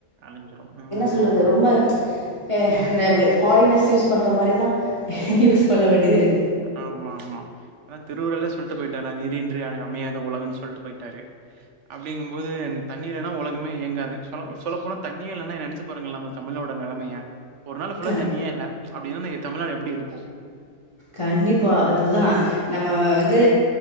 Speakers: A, on the right; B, on the left.
A: அழிஞ்சிரு ம்
B: ன சொல்றது ரொம்ப <unintelligible> இந்த ஃபாரினெஸ் யூஸ் பண்ற மாரி தா யூஸ் பண்ண வேண்டியதுருக்
A: ஆமா ஆமா அதா திருவள்ளுவ சொல்ட்டு போயிட்டானே நீரின்றி அமையாத உலகன்னு சொல்ட்டு போயிட்டாரே அப்டிங்கு போது தண்ணீல்லனா ஒலகமே இயங்காது சொல் சொல்ல போனா தண்ணியே இல்லன்னா நெனைச்சு பாருங்கள நம்ம தமிழோட நெலமய ஒரு நாள் ஃபுல்லா
B: கண்
A: தண்ணியே இல்ல அப்டி இருந்தா என் தமிழ்நாடு எப்டி இருக்கு
B: கண்டிப்பா அதுதா நம்ம வந்து